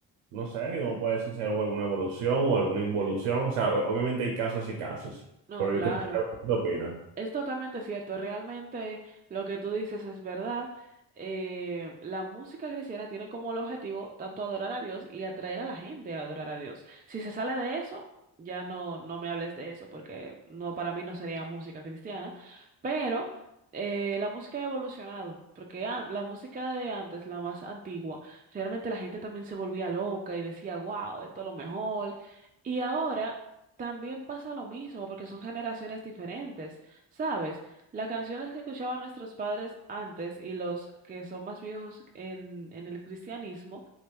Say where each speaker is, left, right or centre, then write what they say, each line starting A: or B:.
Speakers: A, on the right; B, on the right.
A: no sé, no puede decir si hubo alguna evolución o alguna involución. O sea, o- obviamente hay casos y casos,
B: No,
A: pero
B: claro.
A: yo creo que ¿qué opinan?
B: Es totalmente cierto, realmente lo que tú dices es verdad. Eh, la música cristiana tiene como el objetivo tanto adorar a Dios y atraer a la gente a adorar a Dios. Si se sale de eso, ya no, no me hables de eso porque no, para mí no sería música cristiana, pero eh, la música ha evolucionado, porque an- la música de antes, la más antigua, realmente la gente también se volvía loca y decía, wow, esto es lo mejor. Y ahora... También pasa lo mismo porque son generaciones diferentes. Sabes, las canciones que escuchaban nuestros padres antes y los que son más viejos en, en el cristianismo,